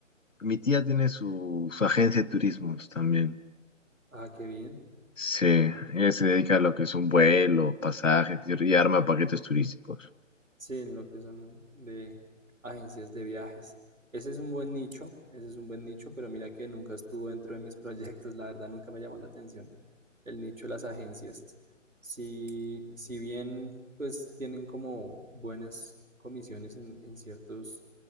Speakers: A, on the left; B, on the right.
A: mi tía tiene su, su agencia de turismos también.
B: ah, qué bien.
A: Sí, ella se dedica a lo que es un vuelo, pasajes y y arma paquetes turísticos,
B: Sí, en lo que son de agencias de viajes. Ese es un buen nicho, ese es un buen nicho, pero mira que nunca estuvo dentro de mis <laughs> proyectos, la verdad nunca me llamó la atención el nicho de las agencias. Si, si bien pues tienen como buenas comisiones en, en ciertos,